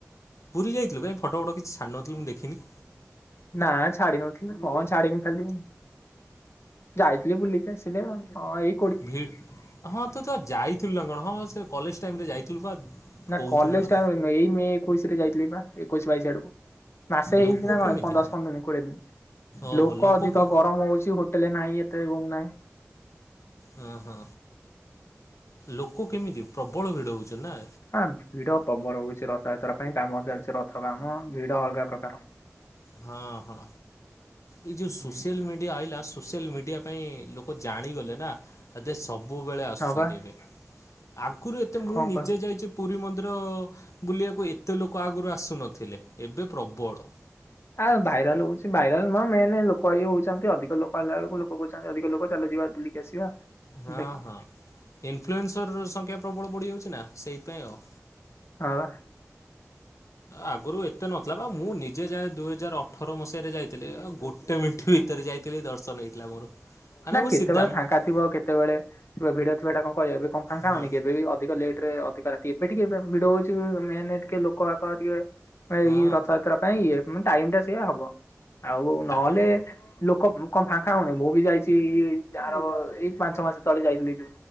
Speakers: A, on the left; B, on the left.
A: ପୁରୀ ଯାଇଥିଲୁ କାଇଁ ଫଟ ଫଟୋ କିଛି ଛାଡ଼ ନଥିଲୁ ମୁଁ ଦେଖିନି।
B: ନା ଛାଡି ନଥିଲି କଣ ଛାଡମି ଖାଲି? ଯାଇଥିଲି ବୁଲି। ହଁ ଇ
A: <unintelligible> ହଁ ତୁ ତ ଯାଇଥିଲୁ ନା କଣ ହଁ ସେ କଲେଜ ଟାଇମ୍ ରେ ଯାଇଥିଲୁ ବା।
B: ନା
A: କହୁଥିଲୁ
B: କଲେଜ
A: ବା
B: ଟାଇମ ରେ ନୁହେଁ। ଏଇ ମେ ଏକୋଇଶ ରେ ଯାଇଥିଲି ବା, ଏକୋଇଶି ବାଇଶି ଆଡକୁ। ମାସେ ହେଇଛି
A: ଲୋକ
B: ନା
A: କେମିତି
B: କଣ ପନ୍ଦ ଦଶ ପନ୍ଦର ଦିନ କୋଡ଼ିଏ ଦିନ।
A: ଓହୋ
B: ଲୋକ ଅଧିକ
A: କେ
B: ଗରମ ହଉଛି ହୋଟେଲ ନାହିଁ ଏତେ ରୁମ ନାହିଁ।
A: ହଁ ହଁ। ଲୋକ କେମିତି ପ୍ରବଳ ଭିଡ ହଉଛନ ନା?
B: ହଁ ଭିଡ ପ୍ରବଳ ହଉଛି ରଥଯାତ୍ରା ପାଇଁ କାମ ଚାଲିଛି ରଥ କାମ ଭିଡ ଅଲଗା ପ୍ରକାର।
A: ହଁ ହଁ। ଏ ଯୋଉ ସୋସିଆଲ
B: ହୁଁ
A: ମିଡ଼ିଆ ଆଇଲା ସୋସିଆଲ ମିଡ଼ିଆ ପାଇଁ ଲୋକ ଜାଣିଗଲେ ନା ହେଦେ ସବୁବେଳେ ଆସୁଛନ୍ତି
B: ହଁ ବା
A: ଏବେ। ଆଗରୁ ଏତେ ମୁଁ
B: କଣ
A: ନିଜେ
B: କହ
A: ଯାଇଛି ପୁରୀ ମନ୍ଦିର ବୁଲିବାକୁ ଏତେ ଲୋକ ଆଗରୁ ଆସୁନଥିଲେ, ଏବେ ପ୍ରବଳ।
B: ଆଉ ଭାଇରାଲ ହଉଛି ଭାଇରାଲ ନୁହଁ ମେନେ ଲୋକ ଇଏ ହଉଛନ୍ତି। ଅଧିକ ଲୋକ କହିଲା ବେଳକୁ ଲୋକ କହୁଛନ୍ତି ଅଧିକ ଲୋକ ଚାଲ ଯିବା ବୁଲିକି ଆସିବା।
A: ହଁ
B: ଦେଖ
A: ହଁ। ଇନଫ୍ଲୁଏନ୍ସର ର ସଂଖ୍ୟା ପ୍ରବଳ ବଢ଼ିଯାଉଛି ନା ସେଇଥିପାଇଁ ଆଉ।
B: ହଁ ବା।
A: ଆଗରୁ ଏତେ ନଥିଲା ବା। ମୁଁ ନିଜେ ଯାଏ ଦୁଇ ହଜାର ଅଠର ମସିହାରେ ଯାଇଥିଲି
B: ଇଏ ହଁ
A: ଅ ଗୋ ଟେ ମିଠି
B: ବା।
A: ଭିତରେ ଯାଇଥିଲି ଦର୍ଶନ ହେଇଥିଲା ମୋର ହେନେ
B: ନା
A: ମୁଁ
B: କେତେବେଳେ
A: ସିଧା ମୁଁ
B: ଫାଙ୍କା କେତେବେଳେ ଥିବ ଭିଡ ରେ ଥିବ ହେଟା କଣ କହି ଏବେ କଣ <unintelligible>
A: ହଁ
B: କେବେ ବି ଅଧିକ ଲେଟ ରେ ଅଧିକ ଏବେ ଟିକେ ଏବେ ଭିଡ ହଉଛି ମେନ ଟିକେ ଲୋକ ବାକ ଟିକେ ଏଇ
A: ହଁ
B: ରଥଯାତ୍ରା ପାଇଁ ଇଏ ଉଁ ଟାଇମ ଟା ସିଏ ହବ ଆଉ
A: ଟାଇମ୍
B: ନହେଲେ ଲୋକ ଉଁ କଣ ଫାଙ୍କା ହଉନାହିଁ ମୁଁ ବି ଯାଇଛି ଯାହାର ଏଇ ପାଞ୍ଚ ମାସ ତଳେ ଯାଇଥିଲି।